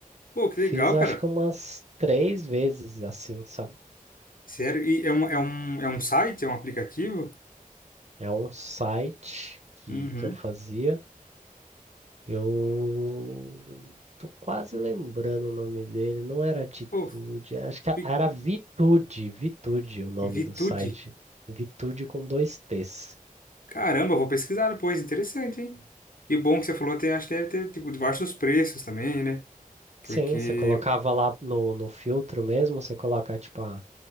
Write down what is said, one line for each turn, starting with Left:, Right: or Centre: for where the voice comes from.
Left: Pô, que
Right: Fiz
Left: legal,
Right: acho
Left: cara.
Right: que umas três vezes assim, sabe?
Left: Sério? E é uma, é um, é um site? É um aplicativo?
Right: É um site que,
Left: Uhum.
Right: que eu fazia. Eu tô quase lembrando o nome dele. Não era Atitude,
Left: Pô,
Right: acho que
Left: vi-
Right: era Vitude, Vitude o nome
Left: Vitude.
Right: do site. Vitude com dois T's.
Left: Caramba, eu vou pesquisar depois. Interessante, hein? E bom que você falou, tem, acho que deve ter, tipo, diversos preços também, né? Porque...
Right: Sim, você colocava lá no, no filtro mesmo, você coloca tipo, ah,